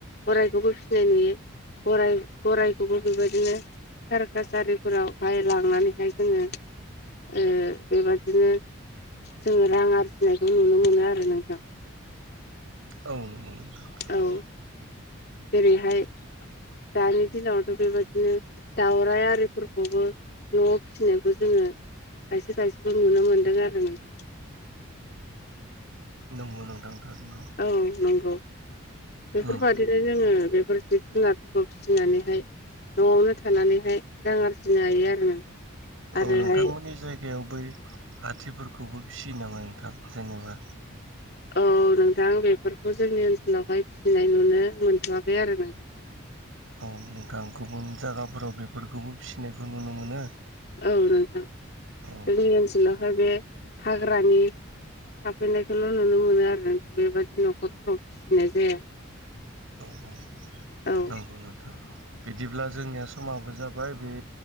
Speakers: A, on the left; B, on the right.
A: गररायखौबो फिनाय नुयो गराइखौबो बेबादिनो सारकास आरिफोरावहाय लांनानैहाय जोङो ओ बेबादिनो जोङो रां आरजिनायखौ नुनो मोनो आरो नोंथां
B: औ नोंगौ नोंथां थारैनो
A: औ जेरैहाय दानि दिनावथ' बेबादिनो दाउराइ आरिफोरखौबो न'आव फिसिनायखौ जोङो खायसे खायसेखौ नुनो मोनदों आरो नोंथां
B: नंगौ नोंथां थारैनो
A: औ नंगौ बेफोरबादि
B: उम
A: बिदिनो जोङो बेफोर जिब जुनारफोरखौ फिसिनानैहाय न'आवनो थानानैहाय रां आरजिनो हायो आरो नोंथां आरोहाय
B: औ नोंथांमोनि जायगायाव बै हाथिफोरखौबो फियो नामा नोंथां जेनोबा
A: औ नोंथां बेफोरखौ जोंनि ओनसोलावहाय फिनाय नुनो मोनथ'वाखै आरो नोंथां
B: औ नोंथां गुबुन जागाफोराव बेफोरखौबो फिनायखौ नुनो मोनो
A: औ नोंथां
B: औ
A: जोंनि ओनसोलावहाय बे हाग्रानि थाफैनायखौल' नुनो मोनो आरो नोंथां बेबादि न'खरफोराव फिसिनाय जाया
B: औ औ
A: औ
B: नोंगौ नोंथां बिदिब्ला जोंनिआ समाबो जाबाय बे